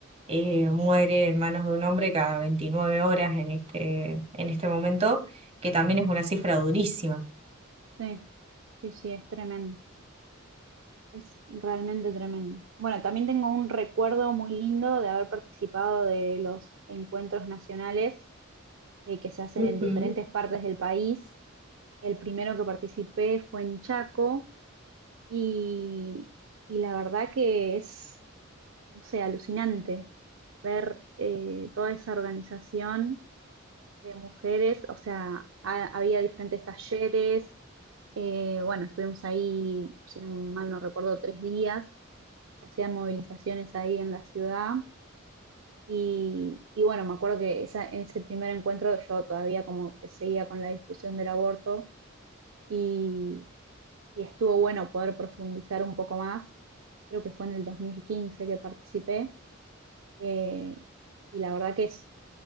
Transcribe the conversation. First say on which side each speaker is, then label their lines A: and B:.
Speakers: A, on the right (about 30°); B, on the right (about 70°).
A: eh, muere en manos de un hombre cada 29 horas en este, en este momento, que también es una cifra durísima.
B: Sí. Sí, sí, es tremendo, es realmente tremendo. Bueno, también tengo un recuerdo muy lindo de haber participado de los encuentros nacionales eh, que se hacen
A: Ujú.
B: en diferentes partes del país. El primero que participé fue en Chaco y, y la verdad que es, no sé, alucinante ver eh, toda esa organización de mujeres, o sea, ha- había diferentes talleres, eh, bueno, estuvimos ahí, si no mal no recuerdo, tres días que hacían movilizaciones ahí en la ciudad. Y, y bueno, me acuerdo que esa, en ese primer encuentro yo todavía como que seguía con la discusión del aborto y, y estuvo bueno poder profundizar un poco más. Creo que fue en el 2015 que participé eh, y la verdad que es-